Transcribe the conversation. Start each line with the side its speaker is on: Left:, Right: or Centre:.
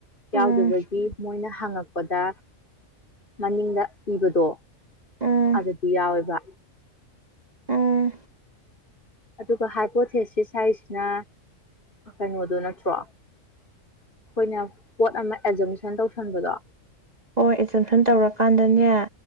Left: ꯌꯥꯎꯗꯕꯒꯤ
Right: ꯎꯝ
Left: ꯍꯪꯉꯛꯄꯗ ꯃꯅꯤꯡꯗ ꯄꯤꯕꯗꯣ
Right: ꯎꯝ
Left: ꯑꯗꯨꯗꯤ ꯌꯥꯎꯋꯦꯕ
Right: ꯎꯝ
Left: ꯑꯗꯨꯒ ꯍꯥꯏꯄꯣꯊꯦꯁꯤꯁ ꯍꯥꯏꯁꯤꯅ ꯀꯩꯅꯣꯗꯣ ꯅꯠꯇ꯭ꯔꯣ ꯑꯩꯈꯣꯏꯅ ꯄꯣꯠ ꯑꯃ ꯑꯦꯖꯨꯝꯁꯟ ꯇꯧꯁꯟꯕꯗꯣ
Right: ꯍꯣꯏ ꯑꯦꯖꯨꯝꯁꯟ ꯇꯧꯔꯀꯥꯟꯗꯅꯦ